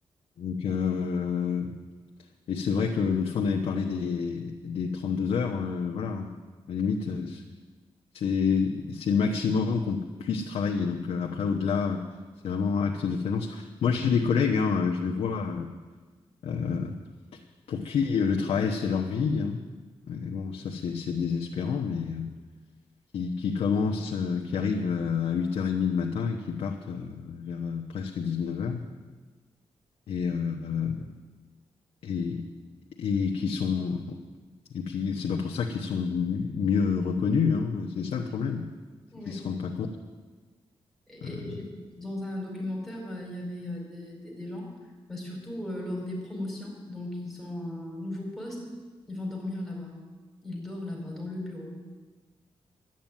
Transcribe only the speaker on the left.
Donc, euh, et c'est vrai que l'autre fois, on avait parlé des, des deux heures, euh, voilà. À la limite, euh, c'est c'est le maximum qu'on puisse travailler. Donc euh, après, au-delà, c'est vraiment acte de présence. Moi, j'ai des collègues, hein, je le vois, euh, euh, pour qui le travail, c'est leur vie. hein. Et bon, ça, c'est c'est désespérant, mais euh, qui, qui commencent, euh, qui arrivent euh, à 8h30 le matin et qui partent euh, vers euh, presque neuf heures Et, euh, et, et qui sont... Et puis, c'est pas pour ça qu'ils sont mi- mieux reconnus, hein. C'est ça le problème. C'est
qu'ils se rendent pas compte.
euh,